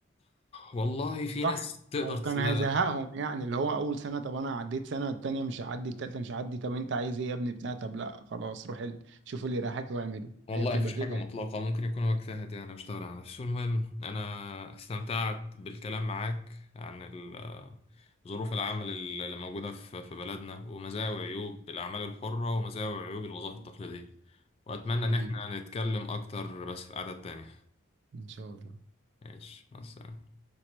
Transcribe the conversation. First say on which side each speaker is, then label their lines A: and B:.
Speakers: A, on the left; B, on the right.
A: والله في
B: صح
A: ناس تقدر
B: او كان
A: تس... لا
B: هيزهقهم
A: لا
B: يعني اللي هو اول سنه طب انا عديت سنه التانيه مش هعدي التالته مش هعدي طب انت عايز ايه يا ابني بتاع طب لا خلاص روح ال- شوف اللي رايحك واعمله
A: والله
B: هي بتبقى
A: مفيش حاجة
B: كده
A: مطلقة
B: يعني
A: ممكن يكون هو اجتهد يعني مش على نفسه المهم أنا استمتعت بالكلام معاك عن ال- آه، ظروف العمل اللي موجودة في في بلدنا ومزايا وعيوب الأعمال الحرة ومزايا وعيوب الوظائف التقليدية وأتمنى
B: حبيبي
A: إن احنا نتكلم أكتر بس في قعدة تانية
B: ان شاء الله
A: ماشي مع السلامة